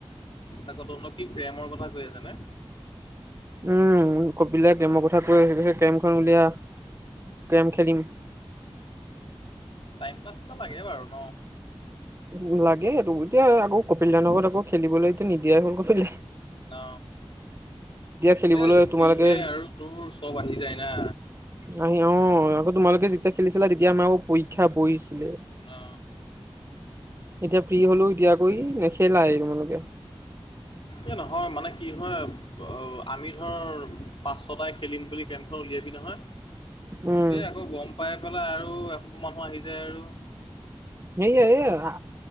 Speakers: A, on the left; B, on the right.
A: আকৌ তহঁতক কি প্ৰেমৰ কথা কৈ আছে নে।
B: উম কপিদাই <unintelligible> উলিয়া, কেৰেম খেলিম।
A: টাইম পাছ লাগে বাৰু ন।
B: উ লাগে সেইটো এতিয়া আকৌ কপিলদাহতৰ ঘৰত আকৌ খেলিবলৈতটো নিদিয়াই হ'ল, কপিল
A: ন,
B: খেলিবলৈ
A: এ
B: তোমালোকে
A: যিহে আৰু তোৰ চব আহি যায় না।
B: আহি অ আকৌ তোমালোকে যেতিয়া খেলিছিলা তেতিয়া আমাৰ আকৌ পৰীক্ষা বহিছিলে।
A: অ।
B: এতিয়া ফ্ৰী হলো এতিয়া আকৌ ই নেখেলাই তোমালোকে।
A: এ নহয় মানে কি হয় অ আমি ধৰ পাচটাই খেলিম বুলি কেমখন উলিয়াবি নহয়।
B: উম
A: এ আকৌ গম পাই পেলাই আৰু এশ মানুহ আহি যায় আৰু।
B: সেইয়া-য়া,